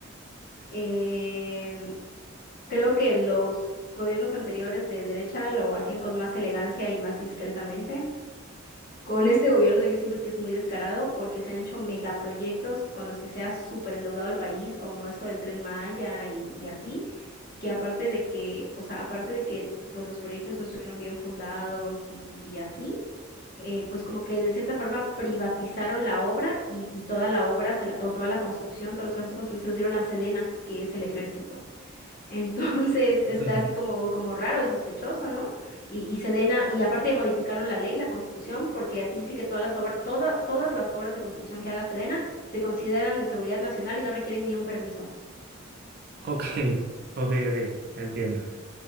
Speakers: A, on the left; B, on the right.
A: eh, creo que los gobiernos anteriores de derecha lo hacían con más elegancia y más discretamente. Con este gobierno yo siento que es muy descarado porque se han hecho megaproyectos con los que se ha súper endeudado el país, como eso del Tren Maya y, y así, que aparte de que, o sea, aparte de que pues los proyectos no estuvieron bien fundados y, y así, eh, pues como que de cierta forma privatizaron la obra y, y toda la obra se la- o toda la construcción, todos los trabajos de construcción se los dieron a Sedena, que es el ejército. Entonces está
B: Ok.
A: así como, como raro y sospechoso, ¿no? Y, y se den a- y aparte modificaron la ley, la constitución, porque así dice que todas las obras, toda- todas las obras de construcción que haga Sedena se consideran de seguridad nacional y no requieren ni un permiso.
B: Ok, ok, ok, entiendo.